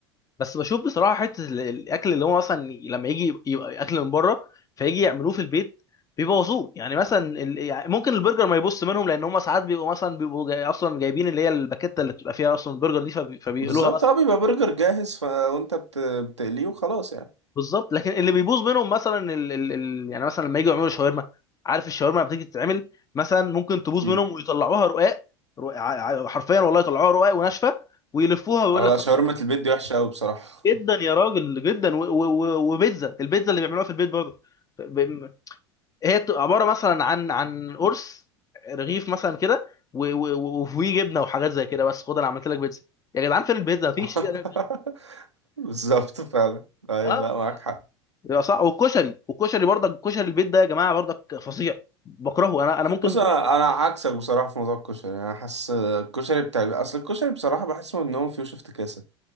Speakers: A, on the left; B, on the right.
A: بس بشوف بصراحه حته ال- الاكل اللي هو مثلا لما يجي يبقى اكل من بره فيجي يعملوه في البيت بيبوظوه يعني مثلا ال- يعني ممكن البرجر ما يبص منهم لان هم ساعات بيبقوا مثلا بيبقوا جاي اصلا جايبين اللي هي الباكيته اللي بتبقى فيها اصلا البرجر دي فبي- فبيقلوها
B: بالظبط
A: بس
B: اه بيبقى برجر جاهز ف... وانت بت... بتقليه وخلاص يعني
A: بالظبط لكن اللي بيبوظ منهم مثلا ال... ال... ال... يعني مثلا لما يجوا يعملوا شاورما عارف الشاورما لما بتيجي تتعمل مثلا ممكن تبوظ
B: مم.
A: منهم ويطلعوها رقاق رق- ع- ع- حرفيا والله يطلعوها رقاق وناشفه ويلفوها ويقول
B: على
A: لك خد
B: شاورما
A: شاورما
B: البيت دي وحشة أوي بصراحة
A: جدا يا راجل جدا و... و... و... وبيتزا البيتزا اللي بيعملوها في البيت برضه ب... هي بتبقى عباره مثلا عن عن قرص رغيف مثلا كده و... و... و- وفيه جبنه وحاجات زي كده بس خد انا عملت لك بيتزا يا جدعان فين البيتزا مفيش
B: <laughs>
A: ليه بيتزا
B: بالظبط فعلا أيوة
A: اه آه.
B: لا معاك حق
A: يا صح والكشري والكشري برضك كشري البيت ده يا جماعه برضك فظيع بكرهه انا انا ممكن
B: بص أنا
A: ممكن
B: أنا عكسك بصراحة في موضوع الكشري أنا حاسس الكشري بتاع البيت أصل الكشري بصراحة بحس إن هو فيه افتكاسة